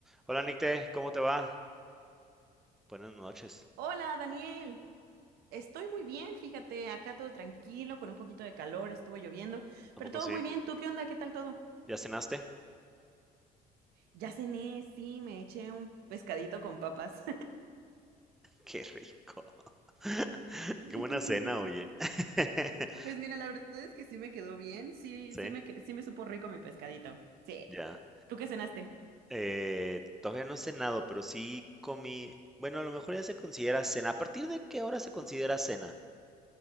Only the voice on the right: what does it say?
Hola, Daniel. Estoy muy bien, fíjate, acá todo tranquilo, con un poquito de calor, estuvo lloviendo, pero
todo
muy bien. ¿Tú qué onda? ¿Qué tal todo?
Ya cené, sí, me eché un pescadito con papas.
<laughs>
Pues mira, la verdad es que sí me quedó bien, sí,
sí me, que- sí me supo rico mi pescadito. Sí.
¿Tú qué cenaste?